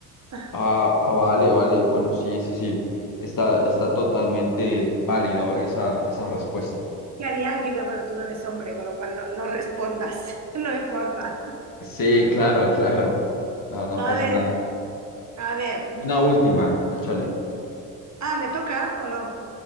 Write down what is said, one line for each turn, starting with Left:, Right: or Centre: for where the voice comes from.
Right: <laughs>
Left: Ah, ah, vale, vale. Bueno, sí, sí, sí. Está, está totalmente válido esa, esa respuesta.
Right: ¿Qué haría? Aquí veo, Bueno, tú no eres hombre, con lo cual no, no respondas, <laughs> no importa.
Left: Sí, claro, claro. No, no
Right: A
Left: pasa
Right: ver,
Left: nada.
Right: a ver.
Left: Una última, échale.
Right: Ah, ¿me toca o no?